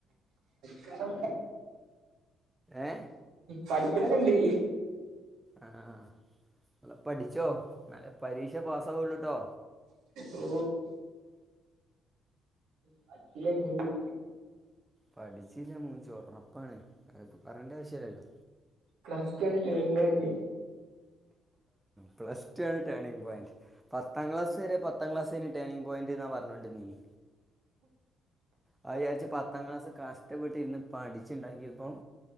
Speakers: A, on the right (about 65°); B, on the right (about 15°).
A: ക്കലു
B: ഏ
A: പഠിക്കലൊക്കെണ്ട്
B: ആഹ് നല്ലൊ പഠിച്ചോ ഇന്നാലെ പരീക്ഷ പാസ്സാവുള്ളുട്ടോ
A: ഓ പഠിച്ചില്ലേ മൂജ്ജും
B: പഠിച്ചിലെ മൂജ്ജും ഒറപ്പാണ് അത് പറയേണ്ട ആവശ്യല്ലല്ലോ
A: പ്ലസ് റ്റു ആണ് ടേണിഗ് പോയിന്റ്
B: പ്ലസ് ടു ആണ് ടേണിംഗ് പോയിന്റ് പത്താം ക്ലാസ് വരെ പത്താം ക്ലാസെനി ടേണിംഗ് പോയിന്റ് ന്നാ പർഞ്ഞോണ്ടിന്നീനെ. അതാ വിചാരിച്ച് പത്താം ക്ലാസ് കഷ്ടപ്പെട്ട് ഇരുന്ന് പഠിച്ചുണ്ടാക്കിയപ്പം